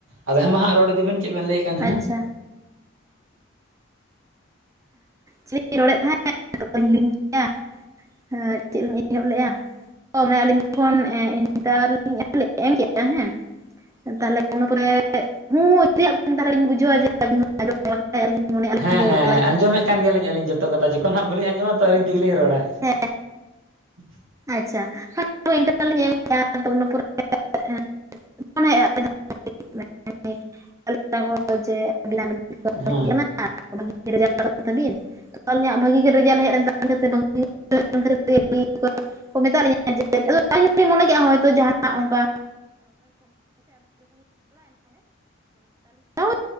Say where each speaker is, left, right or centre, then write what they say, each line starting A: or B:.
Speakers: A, on the right (about 85°); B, on the right (about 15°).
A: ᱟᱫᱚ ᱦᱮ ᱢᱟ ᱦᱟᱸᱜ ᱨᱚᱲ ᱤᱫᱤ ᱵᱮᱱ ᱪᱮᱫ ᱵᱮᱱ ᱞᱟᱹᱭᱮᱫ ᱠᱟᱱ
B: ᱟᱪᱪᱷᱟ
A: ᱛᱟᱦᱮᱱᱟ
B: ᱪᱮᱫ ᱤᱧ ᱨᱚᱲ ᱮᱫ ᱛᱟᱦᱮᱱ ᱡᱷᱚᱛᱚ ᱤᱧ ᱦᱤᱲᱤᱧ ᱠᱮᱜ-ᱟ ᱪᱮᱫ ᱞᱤᱧ ᱮᱦᱚᱵ ᱞᱮᱫᱟ᱾ ᱟᱞᱤᱧ ᱡᱚᱠᱷᱚᱱ ᱤᱱᱴᱟᱨ ᱞᱤᱧ ᱮᱢ ᱠᱮᱫᱟ ᱦᱮ ᱛᱟᱦᱞᱮ ᱤᱱᱟ ᱯᱚᱨᱮ ᱦᱩᱸ ᱛᱮᱭᱟᱜ ᱛᱟᱦᱮᱞᱮ ᱞᱤᱧ ᱵᱩᱡᱷᱟᱣᱼᱟ ᱡᱮ <unintelligible>
A: ᱦᱮᱸ ᱦᱮᱸᱟᱸᱡᱚᱢᱮᱫ
B: ᱮᱠᱞᱟ ᱜᱮ
A: ᱠᱟᱱ ᱜᱮᱭᱟᱞᱤᱧ ᱟᱹᱞᱤᱧ ᱡᱚᱛᱚ ᱠᱟᱛᱷᱟ ᱡᱚᱠᱷᱚᱱ ᱦᱟᱸᱜ ᱵᱟᱹᱞᱤᱧ ᱟᱸᱡᱚᱢᱟ ᱛᱚ ᱟᱹᱞᱤᱧ ᱛᱮᱜᱮᱞᱤᱧ ᱨᱚᱲᱟ᱾
B: ᱦᱮᱸ
A: <unintelligible>
B: ᱟᱪᱪᱷᱟ ᱤᱱᱴᱟᱨ <unintelligible>
A: ᱦᱮᱸ
B: <unintelligible> <unintelligible> <unintelligible> ᱟᱞᱤᱧᱟᱜ ᱵᱷᱟᱜᱤ ᱜᱮ ᱨᱮᱡᱟᱞ ᱦᱮᱡ ᱞᱮᱱ <inaudible> <unintelligible> ᱦᱚᱭ ᱛᱚ ᱡᱟᱦᱟᱱᱟᱜ ᱚᱱᱠᱟ <unintelligible>